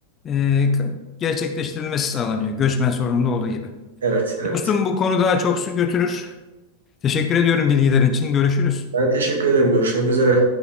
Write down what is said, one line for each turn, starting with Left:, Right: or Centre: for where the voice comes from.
Left: e, gerçekleştirilmesi sağlanıyor göçmen sorununda olduğu gibi.
Right: evet, evet.
Left: Dostum bu konu daha çok su götürür. Teşekkür ediyorum bilgilerin için. Görüşürüz.
Right: Ben teşekkür ederim. Görüşmek üzere.